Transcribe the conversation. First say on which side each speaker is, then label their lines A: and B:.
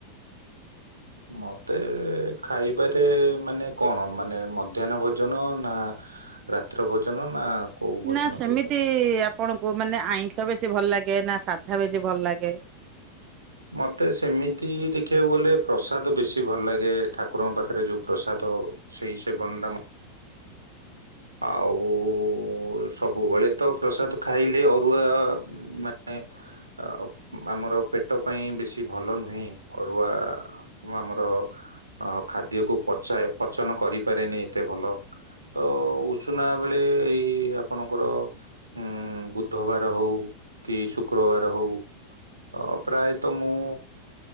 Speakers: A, on the right; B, on the right.
A: ମତେ ଖାଇବାରେ ମାନେ କଣ ମାନେ ମଧ୍ୟାନ ଭୋଜନ ନା ରାତ୍ର ଭୋଜନ ନା କୋଉ ଭୋଜନ
B: ନା ସେମିତି
A: କହୁଛନ୍ତି?
B: ଆପଣଙ୍କୁ ମାନେ ଆଇଁଷ ବେଶୀ ଭଲ ଲାଗେ ନା ସାଧା ବେଶୀ ଭଲ ଲାଗେ?
A: ମତେ ସେମିତି ଦେଖିବାକୁ ଗଲେ ପ୍ରସାଦ ବେଶୀ ଭଲ ଲାଗେ ଠାକୁରଙ୍କ ପାଖରେ ଯୋଉ ପ୍ରସାଦ। ସେଇ ସେବନ ଟା ମ ଆଉ ସବୁବେଳେ ତ ପ୍ରସାଦ ଖାଇଲେ ଅରୁଆ ମାନେ ଆ ଆମର ପେଟ ପାଇଁ ବେଶୀ ଭଲ ନୁହେଁ ଅରୁଆ। <unintelligible> ଆମର ଅ ଖାଦ୍ୟକୁ ପଚାଏ ପଚନ କରିପାରେନି ଏତେ ଭଲ। ତ ଉଷୁନା ବେଳେ ଏଇ ଆପଣଙ୍କର ଉଁ ବୁଧବାର ହୋଉ କି ଶୁକ୍ରବାର ହୋଉ। ଅ ପ୍ରାୟତ ମୁଁ